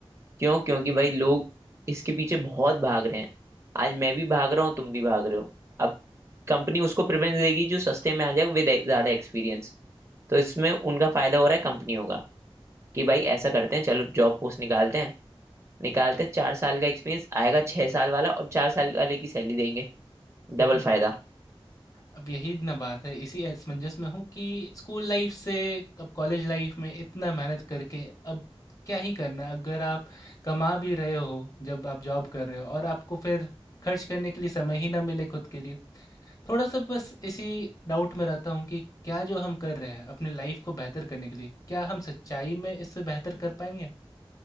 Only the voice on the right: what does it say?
क्यों क्योंकि भाई लोग इसके पीछे बहुत भाग रहे हैं आज मैं भी भाग रहा हूँ तुम भी भाग रहे हो अब कंपनी उसको प्रेफरेंस देगी जो सस्ते में आ जाए विद ज्यादा एक्सपीरियंस तो इसमें उनका फायदा हो रहा है कंपनियों का कि भाई ऐसा करते हैं चलो जॉब पोस्ट निकालते हैं निकालते हैं चार साल का एक्सपीरियंस आएगा छह साल वाला और चार साल वाले की सैलरी देंगे
डबल फायदा